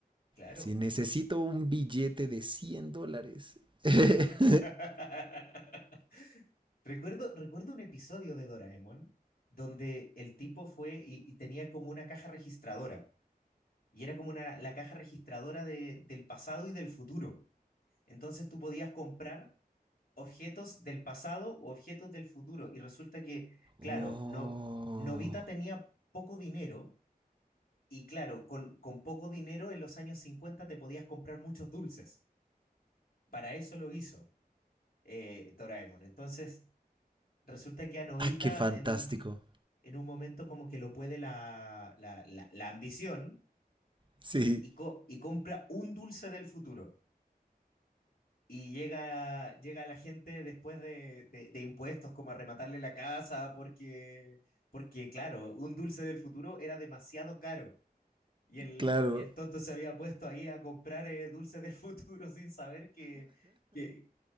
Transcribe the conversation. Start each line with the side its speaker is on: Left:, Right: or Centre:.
Left: claro.
Right: Si necesito un billete de 100 dólares.
Left: <laughs>
Right: <laughs>
Left: Recuerdo, recuerdo un episodio de Doraemon donde el tipo fue y, y tenía como una caja registradora. Y era como una, la caja registradora de- del pasado y del futuro. Entonces tú podías comprar objetos del pasado u objetos del futuro. Y resulta que, claro,
Right: Oh,
Left: no, Novita tenía poco dinero y claro, con, con poco dinero en los años 50 te podías comprar muchos dulces. Para eso lo hizo eh, Doraemon. Entonces, resulta que a Novita
Right: ah, qué fantástico.
Left: en un, en un momento como que lo puede la, la, la, la ambición
Right: Sí,
Left: y, co- y compra un dulce del futuro. y llega, llega la gente después de, de- de impuestos como a rematarle la casa porque, porque, claro, un dulce del futuro era demasiado caro. Y el,
Right: claro,
Left: y el tonto se había puesto ahí a comprar eh, dulces del futuro <laughs> sin saber que, que,